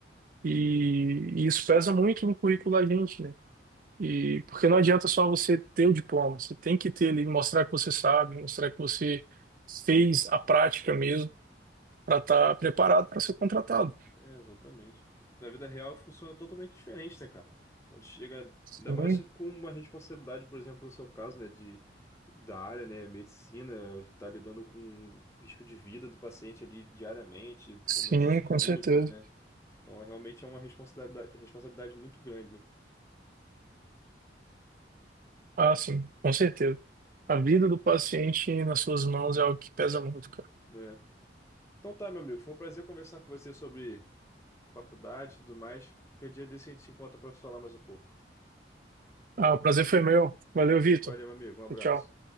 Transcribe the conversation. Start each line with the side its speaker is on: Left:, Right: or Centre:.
Right: E, e isso pesa muito no currículo da gente, né? E porque não adianta só você ter o diploma, você tem que ter ele, mostrar que você sabe, mostrar que você fez a prática mesmo para estar preparado para ser contratado.
Left: É, exatamente. Na vida real funciona totalmente diferente, né, cara? Quando chega,
Right: Sim,
Left: ainda mais com uma responsabilidade, por exemplo, no seu caso, né, de da área, né, medicina, tá lidando com o risco de vida do paciente ali diariamente,
Right: sim,
Left: momentos cirúrgicos,
Right: com certeza.
Left: né? Então, é, realmente é uma responsabilidade, responsabilidade muito grande,
Right: Ah, sim, com certeza. A vida do paciente nas suas mãos é algo que pesa muito, cara.
Left: né? É. Então tá, meu amigo, foi um prazer conversar com você sobre faculdade e tudo mais. Qualquer dia desse a gente se encontra para falar mais um pouco.
Right: Ah, o prazer foi meu. Valeu, Vitor.
Left: Valeu, meu amigo, um abraço.
Right: Tchau.